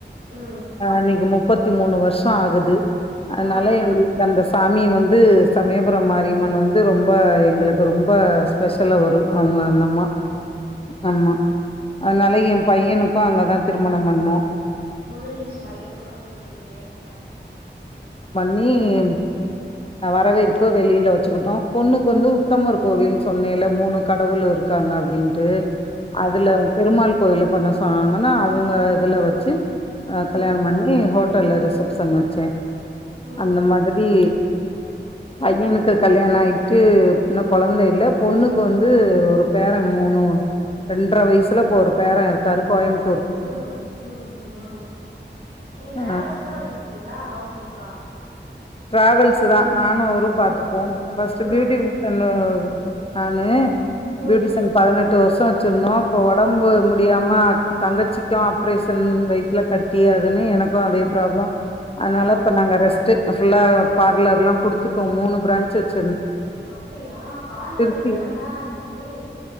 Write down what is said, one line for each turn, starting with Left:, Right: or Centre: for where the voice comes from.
Right: ம்
Left: ஆ இன்னைக்கு முப்பத்து பத்தி மூனு வருஷோ ஆகுது அதனால
Right: ஆ
Left: எங்களுக்கு அந்த ஸ்கூ சாமி வந்து சமயபுரோ மாரியம்மன் வந்து ரொம்ப அப்ப எங்களுக்கு ரொம்ப ஸ்பெஷல் அவரு அந்த அந்தமா ஆமா அதனால
Right: சரி
Left: எ பையனுக்கு அப்ப அங்கதா திருமணம் பண்ணோ
Right: முடுஞ்சுருச்சு பையனுக்கு கல்யாணம் பண்ணிட்டீங்க
Left: நீம் வரவேற்பு வெளில வெச்சுக்கிட்டோ பொண்ணுக்கு வந்து உத்தமர் கோவில்னு சொன்னேல்ல மூணு கடவுள் இருக்காங்க அப் அப்டின்ட்டு
Right: ஆ
Left: அதுல பெருமாள் கோயில்ல பண்ண சொன்னாங்கன்னா அவங்க இதுல வெச்சு ஆ
Right: ம்
Left: கல்யாணம் பண்ணி ஹோட் ஹோட்டல்ல ரிசப்ஷன் வெச்ச
Right: ம்
Left: அந்த மாதிரி பையனுக்கு கல்யாணோ ஆயி ட்டு இன்னு கொழந்தை இல்ல பொண்ணுக்கு வந்து ஒரு பேர மூணு ரெண்ர வயசுல இப்ப ஒரு பேர இருக்காரு கோயம்
Right: ம் ம் ம் ம் நீங்க டிராவல்ஸ்
Left: ஆ
Right: தா வெச்சிருக்கீங்களா ஹவுஸ் ஒய்ஃபா
Left: ட்ராவல்ஸ்சுதா நானு அவரு
Right: ம்
Left: பாத்துப்போ பஸ் <unintelligible>
Right: ம்
Left: <unintelligible> நானு
Right: ம்
Left: பியூட்டிஷன் பதினெட்டு வருஷ் ட்டா வெச்சுருந்தோ இப்ப ஒடம்பு
Right: ம்
Left: முடியாம தங்கச்சிக்கு
Right: ம்
Left: அப்ரேஷ் ட்டுன் வயித்துல கட்டி அதுன்னு எனக்கு அதே பிராபுளோ அதனால
Right: ஆ
Left: இப்ப நாங்க ரெஸ் ட்டு ஃபுல்லா பார்லர் எல்லா குடுத்துட்டோ மூணு பிரான்ச் வெச்சு
Right: அப்டியா பார்லல்
Left: திருச்சி
Right: வெச்சா நல்லா இருக்குமே